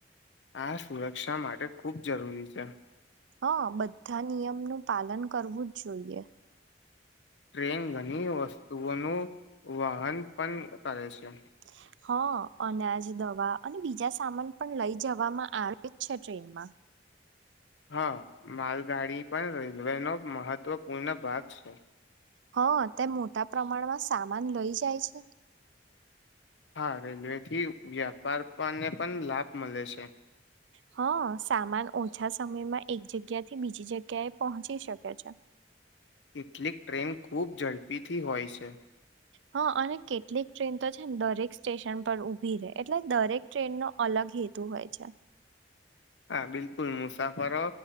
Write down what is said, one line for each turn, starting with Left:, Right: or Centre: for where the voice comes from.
Left: આ સુરક્ષા માટે ખુબ જરૂરી છે.
Right: હં બધા નિયમનું પાલન કરવું જ જોઈએ.
Left: ટ્રેન ઘની વસ્તુઓનું વહન પન કરે છે.
Right: <inaudible> હં અનાજ દવા અને બીજા સામાન પણ લઈ જવામાં આ <unintelligible> જ છે ટ્રેનમાં.
Left: હા, માલગાડી પણ રેલવેનો મહત્વપૂર્ણ ભાગ છે.
Right: હં તે મોટા પ્રમાણમાં સામાન લઈ જાય છે.
Left: હાં રેલવે થી વ્યાપાર પનને પન લાભ મલે છે.
Right: હં સામાન ઓછા સમયમાં એક જગ્યા થી બીજી જગ્યા એ પહોંચી શકે છે. <inaudible>
Left: કેટલીક ટ્રેન ખુબ ઝડપીથી હોય છે.
Right: હા અને કેટલીક ટ્રેન તો છે ન દરેક સ્ટેશન પર ઉભી રે એટલે દરેક ટ્રેનનો અલગ અલગ હેતુ હોય છે.
Left: હા બિલકુલ મુસાફરો